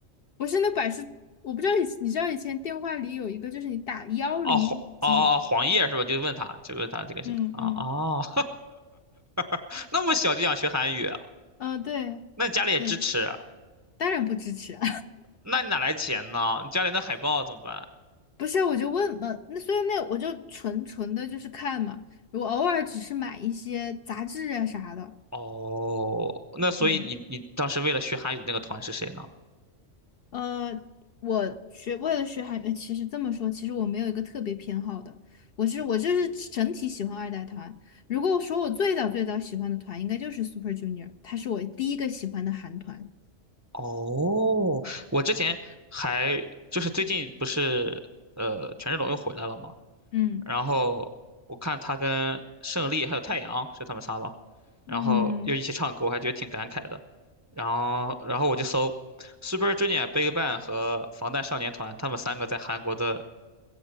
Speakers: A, on the left; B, on the right.
A: 不是那百事，我不知道以你知道以前电话里有一个就是你打幺零几几，
B: 哦，黄哦哦哦，黄页是吧？就问他，就问他这个是啊哦，
A: 嗯嗯
B: <laughs> 那么小就想学韩语啊，
A: 嗯，呃对，
B: 那你家里也支持啊，
A: 是当然不支持啊。
B: 那你哪来钱呢？你家里那海报怎么办？
A: 不是，我就问嘛，那所以那我就纯纯的就是看嘛，我偶尔只是买一些杂志啊啥的，
B: 哦，那所以你你当时为了学韩语的那个团是谁呢？
A: 嗯，呃，我学为了学韩语，呃其实这么说，其实我没有一个特别偏好的，我是我就是整体喜欢二代团。如果说我最早最早喜欢的团，应该就是 Super Junior，他是我第一个喜欢的韩团，
B: 哦，我之前还就是最近不是呃权志龙又回来了嘛，
A: 嗯
B: 然后我看他跟胜利还有太阳是他们仨吧，
A: 嗯
B: 然后又一起唱歌，我还觉得挺感慨的。然后然后我就搜 Super Junior、BigBang 和防弹少年团，他们三个在韩国的